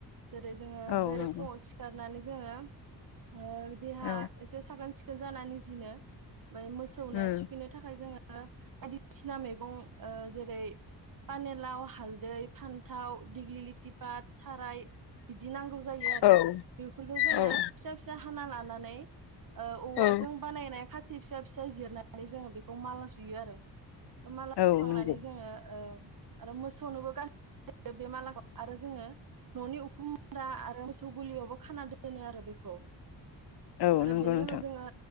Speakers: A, on the right; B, on the left.
A: जेरै जोङो
B: औ
A: बेरे
B: नंगौ
A: फुङाव सिखारनानै जोङो ओ देहा
B: औ
A: एसे साखोन सिखोन सिकोन जानानै नि जिनो बै मोसौनो
B: उम
A: थुखिनो थाखाय जोङो <unintelligible> बायदिसिना मैगं ओ जेरै पानेलाव हालदै फान्थाव दिग्लिलिथिपात थाराय बिदि नांगौ जायो आरो
B: औ
A: बेफोरखौ जोङो
B: औ
A: फिसा फिसा खाना लानानै औवाजों
B: औ
A: बानायनाय खाथि फिसा फिसा जिरनानै जोङो बेखौ माला सुयो आरो। मालाखांनानै
B: औ नंगौ
A: जोङो। आरो मोसौनोबो <unintelligible> गान बे मालाखौ आरो जोङो न'नि उखुमन्दा आरो मोसौ गुलियावबो खाना दोनो आरो बेखौ।
B: औ
A: आरो
B: नंगौ
A: बेनि
B: नोंथां
A: उनाव जोङो